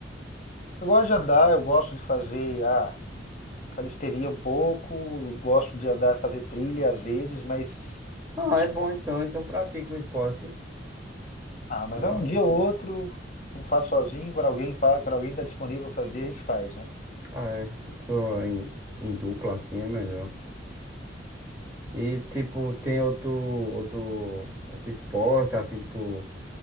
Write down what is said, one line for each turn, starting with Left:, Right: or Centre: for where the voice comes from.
Left: Eu gosto de andar, eu gosto de fazer, ah, calistenia um pouco, eu gosto de andar, fazer trilha às vezes, mas
Right: Ah,
Left: esporte-
Right: é bom então. Então pratica um esporte.
Left: ah, mas
Right: Não,
Left: é um dia ou outro, não faço sozinho, quando alguém fa, quando alguém está disponível para fazer, a gente faz, né?
Right: ah, é, pessoa em, em dupla assim é melhor. E tipo, tem outro, outro, outro esporte assim que tu,